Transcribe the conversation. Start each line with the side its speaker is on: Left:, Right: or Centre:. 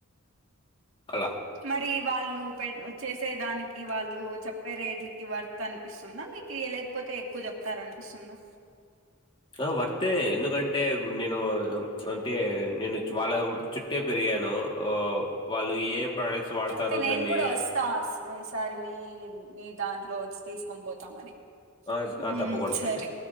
Left: అలా
Right: మరి వాళ్ళు పె చే వచ్చే దానికి వాళ్ళు చెప్పే రేట్ల వర్త్ అనిపిస్తుందా మీకు ఇ లేకపోతే ఎక్కువ చెప్తారు అనిపిస్తుందా
Left: ఆ వర్తే ఎందుకంటే నేను అంటే నేను వాళ్ళ చుట్టే పెరిగాను వాళ్ళు ఏ ప్రొడక్ట్స్ వాడతారు
Right: అయితే నేను
Left: దాన్ని
Right: కూడా వస్తా ఈసారి మీ మీ దాంట్లో వచ్చి తీసుకొని పోతామరి
Left: ఆ! ఆ!
Right: ఉ
Left: తప్పకుండా
Right: సరే
Left: అండి.